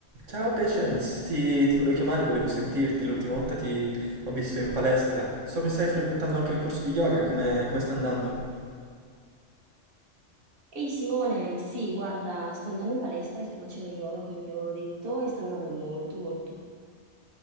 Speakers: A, on the right; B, on the right.
A: Ciao Patience, ti, ti volevo chiamare, volevo sentirti. L'ultima volta ti ho visto in palestra. So che stai frequentando anche il corso di yoga, come, come sta andando?
B: Ehi Simone, sì, guarda, sto andando in palestra e sto facendo yoga come ti avevo detto e sta andando molto molto